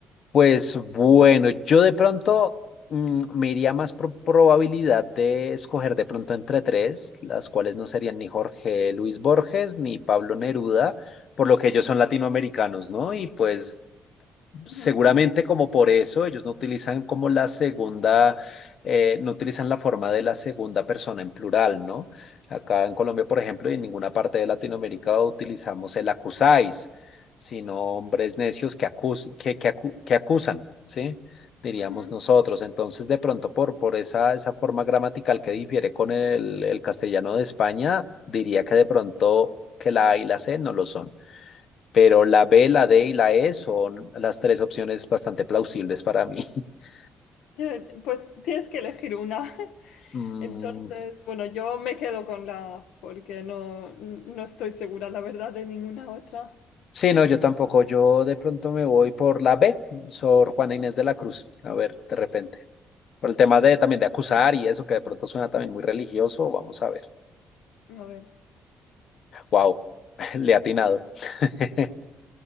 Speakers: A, on the left (about 60°); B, on the left (about 85°).
A: pues bueno, yo de pronto mm, me iría más por probabilidad de escoger de pronto entre tres, las cuales no serían ni Jorge Luis Borges ni Pablo Neruda, por lo que ellos son latinoamericanos, ¿no? Y pues seguramente
B: Ujú,
A: como por eso ellos no utilizan como la segunda, eh, no utilizan la forma de la segunda persona en plural, ¿no? Acá en Colombia, por ejemplo, y en ninguna parte de Latinoamérica utilizamos el acusáis, sino hombres necios que, acus- que, que acu- que acusan, ¿sí? diríamos
B: ujú.
A: nosotros. Entonces, de pronto, por, por esa, esa forma gramatical que difiere con el, el castellano de España, diría que de pronto que la A y la C no lo son pero la B, la D y la E son las tres opciones bastante plausibles para mí. <laughs>
B: Que, Pues tienes que elegir una. <laughs>
A: Mm,
B: Entonces, bueno, yo me quedo con la A porque no, no estoy segura, la verdad, de ninguna otra.
A: sí, no, yo tampoco. Yo de pronto me voy por la B, Sor Juana Inés de la Cruz. A ver, de repente. Por el tema de también de acusar y eso que de pronto suena también muy religioso, vamos a ver.
B: A ver,
A: Wow, <laughs> le he atinado. <laughs>